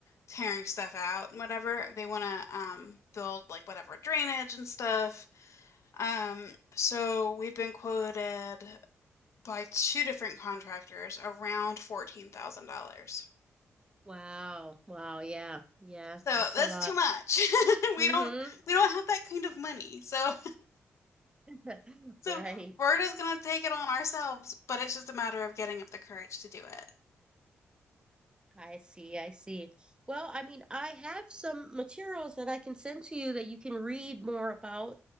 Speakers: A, on the left (about 55°); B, on the right (about 15°).
A: tearing stuff out and whatever. They want to um build like whatever drainage and stuff. Um so we've been quoted by two different contractors around $14,000. So
B: Wow. Wow, yeah. Yeah,
A: that's
B: that's a lot.
A: too much. <laughs> We
B: Mm-hmm.
A: don't we don't have that kind of money. So
B: <laughs>
A: So
B: Right.
A: we're just going to take it on ourselves, but it's just a matter of getting up the courage to do it.
B: I see, I see. Well, I mean, I have some materials that I can send to you that you can read more about